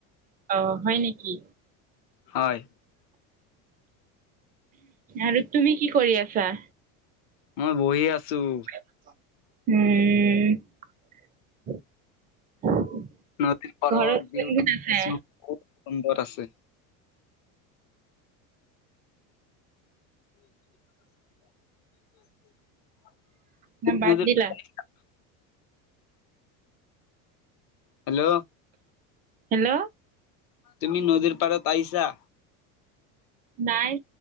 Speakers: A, on the right; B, on the left.
A: অ', হয় নেকি?
B: হয়।
A: আৰু তুমি কি কৰি আছা?
B: মই বহি আছোঁ।
A: উম।
B: নদীৰ পাৰত
A: ঘৰত কোন
B: ভিউটো
A: কোন আছে
B: <unintelligible> খুব সুন্দৰ আছে। <inaudible> <inaudible>
A: না বাদ
B: নদীৰ
A: দিলা?
B: পাৰত আহিছা হেল্ল'!
A: হেল্ল'!
B: তুমি নদীৰ পাৰত পাইছা?
A: নাই,